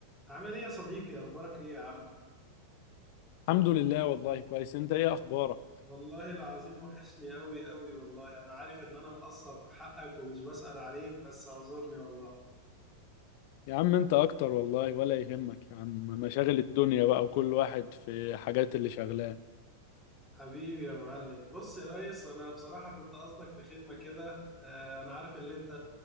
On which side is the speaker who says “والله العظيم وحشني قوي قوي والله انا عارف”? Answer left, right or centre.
Centre